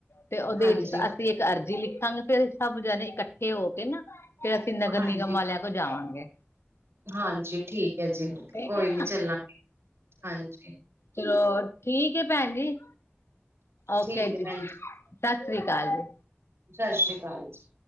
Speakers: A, on the left; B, on the right.
A: ਤੇ ਓਦੇ
B: ਹਾਂਜੀ
A: ਵਿੱਚ ਅਸੀਂ ਇੱਕ ਅਰਜ਼ੀ ਲਿਖਾਂਗੇ ਫੇਰ ਅਸੀਂ ਸਭ ਜਣੇ ਇਕੱਠੇ ਹੋ ਕੇ ਨਾ ਫੇਰ ਅਸੀਂ ਨਗਰ
B: ਹਾਂਜੀ
A: ਨਿਗਮ ਵਾਲੇਆਂ ਭਜਾਵਾਂਗੇ।
B: ਹਾਂਜੀ ਠੀਕ ਐ ਜੀ,
A: ਠੀਕ
B: ਕੋਈ
A: ਹੈ ਨਾ
B: ਨੀ ਚੱਲਾਂਗੇ, ਹਾਂਜੀ।
A: ਚਲੋ ਠੀਕ ਐ ਭੈਣ ਜੀ। ਓਕੇ
B: ਠੀਕ ਹੈ
A: ਜੀ,
B: ਭੈਣ
A: ਸਸ੍ਰੀ ਕਾਲ ਜੀ।
B: ਸਸ਼੍ਰੀ ਕਾਲ ਜੀ।